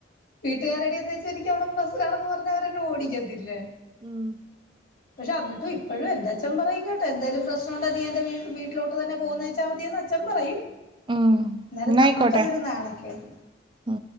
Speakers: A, on the left; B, on the right.
A: വീട്ടുകാരടെന്ന് എനിക്ക് അവിടെ പ്രശസനാണെന്ന് പറഞവരെന്നേ ഓടിക്കത്തില്ലേ.
B: ഉം
A: പക്ഷേ എന്നിട്ടും ഇപ്പോഴും എന്റെ അച്ഛൻ പറയും കേട്ടെ എന്തേലും പ്രശ്നമുണ്ട് നീ എന്റെ വീട്ടിലട്ട് തന്നെ പോന്നച്ചാൽ മതി അച്ചൻ പറയൂ
B: ഉം
A: എന്നേരം
B: എന്നായിക്കോട്ടെ
A: നമ്മക്കതൊരു നാണക്കെട്.
B: ഉം